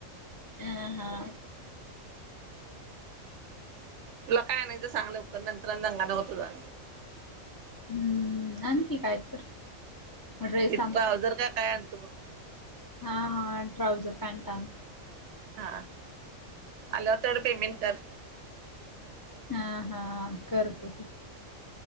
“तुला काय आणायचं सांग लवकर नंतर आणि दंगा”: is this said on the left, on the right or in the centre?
Right